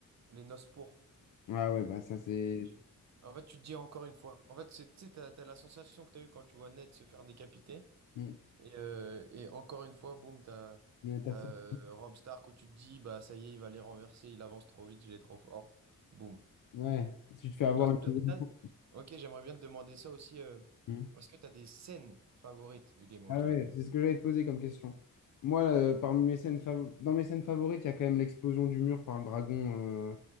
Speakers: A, on the right; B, on the left.
A: les noces pourpres.
B: Ah ouais, bah ça c'est...
A: Tu- En fait, tu te dis encore une fois. En fait, c'est, tu sais, t'as, t'as la sensation que t'as eue quand tu vois Ned se faire décapiter.
B: Mm.
A: Et, euh, et encore une fois, boum, t'as,
B: Il y a un personnage.
A: t'as euh, Robb Stark où tu te dis, bah ça y est, il va les renverser, il avance trop vite, il est trop fort. Boum.
B: Ouais, si tu te fais avoir
A: Toi, toi,
B: une deuxième
A: t'as-
B: fois.
A: ok, j'aimerais bien te demander ça aussi. euh,
B: Hmm.
A: est-ce que t'as des scènes favorites de Game of
B: Ah
A: Thrones?
B: ouais, c'est ce que j'allais te poser comme question. Moi, euh, parmi mes scènes fav- dans mes scènes favorites, il y a quand même l'explosion du mur par le dragon euh,